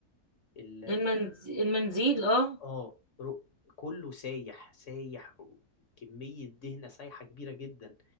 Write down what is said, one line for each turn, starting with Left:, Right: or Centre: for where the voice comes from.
Left: ال
Right: المنز... المنديل اه
Left: اه ر- كله سايح سايح كمية دهنة سايحة كبيرة جدا